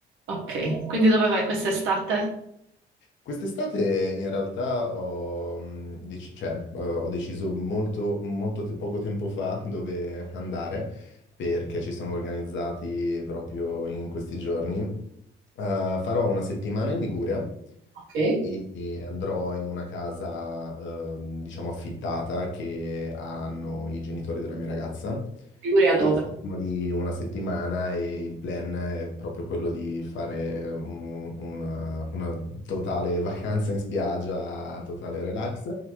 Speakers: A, on the right (about 80°); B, on the left (about 70°).
A: Ok, quindi dove vai quest'estate?
B: Quest'estate in realtà ho, mh, dec- cioè, eh, ho deciso molto, molto te- poco tempo fa dove andare perché ci siamo organizzati proprio in questi giorni. Eh, farò una settimana in Liguria
A: Ok,
B: e, e andrò in una casa, ehm, diciamo, affittata che hanno i genitori della mia ragazza.
A: Liguria
B: E
A: dove?
B: siamo lì una settimana e il plan è proprio quello di fare un- una, una totale <laughs> vacanza in spiaggia, totale relax.